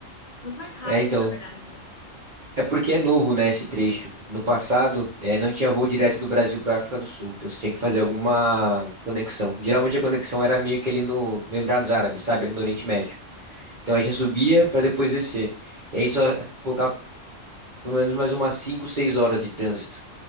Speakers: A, on the left; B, on the right.
A: Muito mais rápido,
B: É, então,
A: na verdade, né?
B: É porque é novo, né, esse trecho. No passado, eh, não tinha voo direto do Brasil para a África do Sul. Então você tinha que fazer alguma conexão. Geralmente a conexão era meio que ali no, no Emirados Árabes, sabe? Ali no Oriente Médio. Então aí você subia para depois descer. E aí só colocava pelo menos mais umas 5, 6 horas de trânsito.